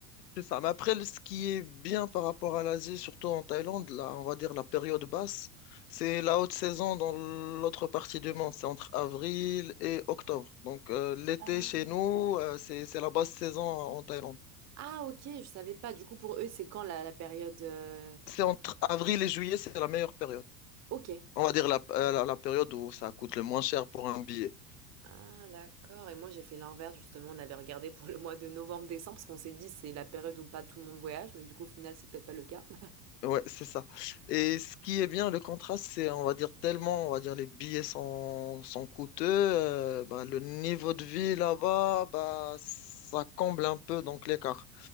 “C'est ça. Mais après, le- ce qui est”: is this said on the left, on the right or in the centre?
Left